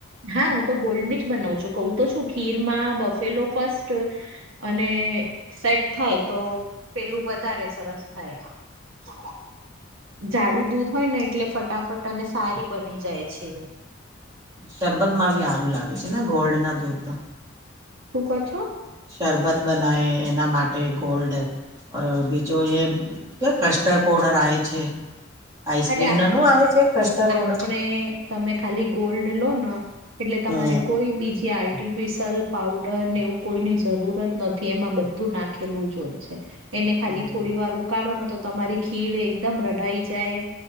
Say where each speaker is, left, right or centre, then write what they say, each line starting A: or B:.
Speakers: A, on the right (about 80°); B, on the right (about 20°).
A: હા હું તો ગોલ્ડની જ બનાવું છું કઉું તો છું ખીરમાં બફેલો ફસ્ટ અને.... સેટ થાય તો પેલું વધારે સરસ થાય. <inaudible> જાડું દૂધ હોય ને એટલે ફટાફટ અને સારી બની જાય છે.
B: શરબતમાં બી સારું લાગે છે ને ગોલ્ડ ના દૂધ તો?
A: શું ક્યો છો?
B: શરબત બનાવ્યે એના માટે ગોલ્ડ બીજો એમ કે કસ્ટર્ડ પાઉડર આવે છે. સ્ક્રીમ
A: અરે
B: ના નો આવે છે કસ્ટર્ડ
A: આપણે..
B: પાવડર
A: તમે ખાલી ગોલ્ડ લો ને એટલે તમારે
B: હમ
A: કોઈ બીજ કે આર્ટિફિશયલ પાવડર ને એવું કોઈની જરૂર જ નથી એમાં બધું નાખેલું જ હોય છે. એને ખાલી
B: હમ
A: થોડીવાર ઉકાળો ને તો તમારી ખીર એકદમ રઢાઈ જાય.